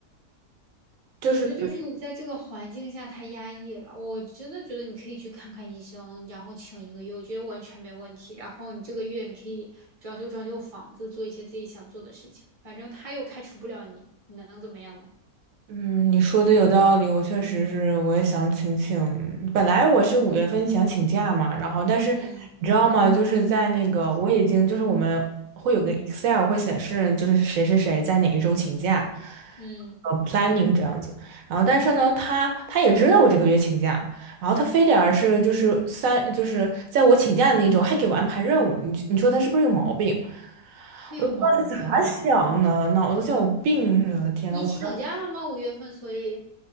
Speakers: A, on the right; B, on the right.
A: 就是。
B: 我觉得就是你在这个环境下太压抑了，我真的觉得你可以去看看医生，然后请一个月，我觉得完全没问题。然后你这个月你可以装修装修房子，做一些自己想做的事情，反正他又开除不了你，你能怎么样呢？
A: 嗯，你说的有道理，我确实是，我也想请请。本来我是五月份想请假嘛，然后但是你知道吗？
B: 嗯
A: 就是在那个我已经就是我们会有个 Excel 会显示就是谁谁谁在哪一周请假，
B: 嗯，
A: 呃，planning 这样子。然后但是呢，他他也知道我这个月请假，然后他非得而是就是三就是在我请假的那一周还给我安排任务，你你说他是不是有毛病？
B: 他有毛病吧？
A: 我都不知道他咋想的，脑子像有病似的。天呐，
B: 你请假了吗？
A: 我。这。
B: 五月份，所以